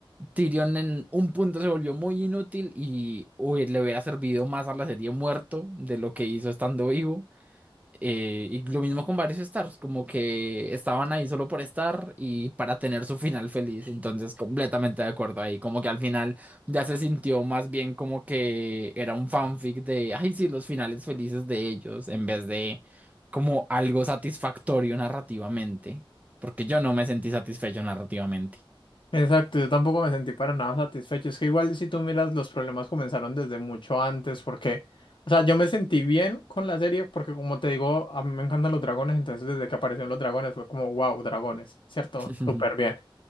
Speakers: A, on the right (about 15°); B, on the left (about 65°).
A: Tyrion en un punto se volvió muy inútil y uy, le hubiera servido más a la serie muerto de lo que hizo estando vivo. Eh, y lo mismo con varios Stars, como que estaban ahí solo por estar y para tener su final feliz. Entonces, completamente de acuerdo ahí. Como que al final ya se sintió más bien como que era un fanfic de, ay, sí, los finales felices de ellos, en vez de como algo satisfactorio narrativamente. Porque yo no me sentí satisfecho narrativamente.
B: Exacto, yo tampoco me sentí para nada satisfecho. Es que igual si tú miras, los problemas comenzaron desde mucho antes, porque, o sea, yo me sentí bien con la serie, porque como te digo, a mí me encantan los dragones, entonces desde que aparecieron los dragones fue como, wow, dragones, ¿cierto?
A: <laughs>
B: Súper bien.